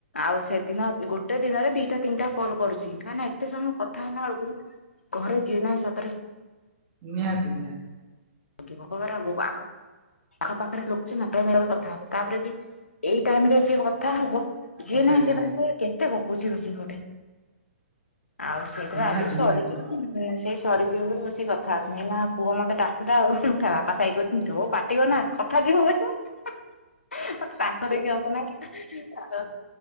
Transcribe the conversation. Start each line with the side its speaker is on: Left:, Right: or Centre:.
Left: ଆଉ ସେଦିନ ଗୋଟେ ଦିନରେ ଦିଟା ତିନିଟା କଲ୍ କରୁଛି ମାନେ ଏତେ ସମୟ କଥା ହେଲା ଅଳକୁ ଘରେ ଯିଏ ନାଇଁ ସତରେ
Right: ନିହାତି ନିହାତି।
Left: <unintelligible> ଆଖକୁ। ଆଖ ପାାଖରେ ଲୋକଚୀନା ତୁ ଧର କଥା ହେଲୁ ତାପରେ ବି ଏଇ ଟାଇମ୍ ରେ ଯିଏ କଥା ହବ ଯିଏ
Right: କଥା
Left: ନାଇଁ
Right: ହେଇଯିବା
Left: ସିଏ ଭାବିବ ଇଏ କେତେ ଗପୁଛି ବସିକି ଗୋଟେ ଆଉ? ସେଇଥିରେ
Right: ନିହାତି
Left: ଆଜି ବି ସରିଯିବ
Right: ନିହାତି।
Left: ଯେ ସେଇ ସରିଯିବ ବୋଲି ବଶିକି କଥା ହଉଚି ଏଇନା ପୁଅ ମୋତେ ଡା ସେଟା ଆଉ ତା ବାପା ଥାଇ କହୁଛନ୍ତି ର ପାଟି କରନା କଥା <unintelligible> ତାଙ୍କ ଦେଖି ହସ ନାଗେ ଆଉ।